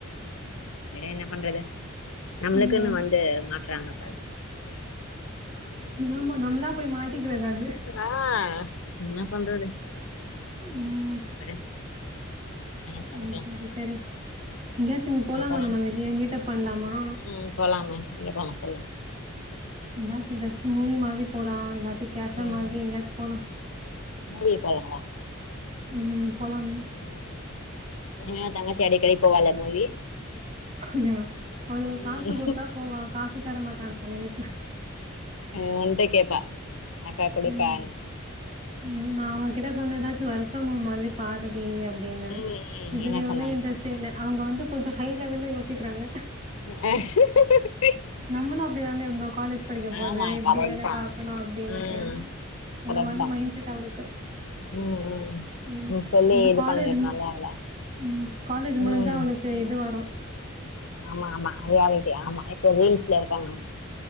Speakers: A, on the left; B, on the right.
A: விடு என்ன பண்றது நம்மளுக்குன்னு
B: ம்.
A: வந்து மாட்றாங்க பாரு
B: மாமா நம்மளா போய் மாட்டிக்கிறது அது
A: ஆ என்னா பண்றது
B: டும்
A: விடு மேனேஜ் பண்ணிக்கலா
B: ம் சரி சரி எங்கேயாச்சும் போலாமா
A: அப்பறோ
B: நம்ம வெளியே மீட்டப் பண்லாமா
A: ம் போலாமே எங்க போலா சொல்லு
B: என்னாத்த ஜஸ்டு மூவி மாரி போலாம் எல்லாத்தையு கேஃபே
A: ம்
B: மாரி எங்கெச்சு போலாம்
A: மூவி போலாவா
B: உம் போலாமே
A: உம் இனிமே தங்கச்சி அடிக்கடி போவால்ல மூவி
B: உம் அவளுக்கு காசு
A: ம்
B: குடுத்தா போவா காசு தர மாட்டாங்களே வீட்ல
A: ஒன்ட்ட கேப்பா அக்கா குடுக்கான்னு
B: ம் ம் நா அவகிட்ட சொன்னதாச்சு வொர்க் ஃப்ரம் ஹோம்மாதிரி பாருடி அப் அப்டின்னு
A: ம் ம்
B: எதுலயுமே
A: என்ன சொன்னா
B: இன்ட்ரெஸ்ட்டே இல்ல அவுங்க வந்து கொஞ்சோ ஹை லெவல்ல யோசிக்றாங்க
A: அ <inaudible>
B: நம்மளு அப்டிதான இருந்தோ காலேஜ் படிக்க போது
A: ஆமா
B: இப்டி
A: கரெக்ட்தா
B: வேலை பாக்கணு அப்டின்னு
A: ம் கரெக்ட்தா
B: அந்த மாதிரி மைண்ட் செட் அவளுக்கு
A: ம் ம்
B: உம்
A: நீ சொல்லி
B: அந்த
A: இது
B: காலேஜ்
A: பண்ணிருக்கணுல்ல
B: மு
A: அவள
B: உம் காலேஜ்
A: ம்
B: முடிஞ்சா அவனுக்கு இது வரும்
A: ஆமா ஆமா அது ரியாலிட்டி ஆமா இப்ப ரீல்ஸ்ல இருக்காங்க